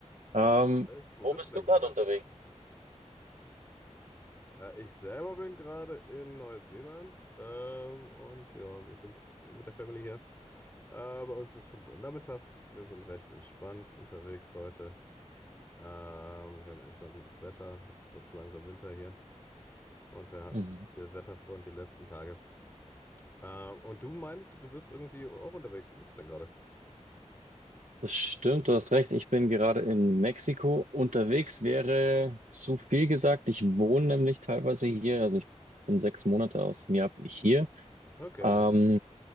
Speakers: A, on the right; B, on the left.
A: Ähm,
B: Alles recht. Wo
A: wo
B: bist
A: bist
B: du denn
A: du gerade
B: gerade?
A: unterwegs?
B: Äh, ich selber bin gerade in Neuseeland ähm, und ja, wir sind mit der Family hier. Äh, bei uns ist es 5 Uhr nachmittags. Wir sind recht entspannt unterwegs heute. Ähm, wir haben endlich mal gutes Wetter. Jetzt wird's langsam Winter hier. Und wir hatten
A: Mhm.
B: es hier Wetterfront die letzten Tage. Äh, und du meinst, du bist irgendwie auch unterwegs. Wo bist du denn gerade?
A: Das stimmt, du hast recht. Ich bin gerade in Mexiko. Unterwegs wäre zu viel gesagt. Ich wohne nämlich teilweise hier. Also ich bin sechs Monate aus dem Jahr bin ich hier.
B: Okay,
A: Ähm,
B: na.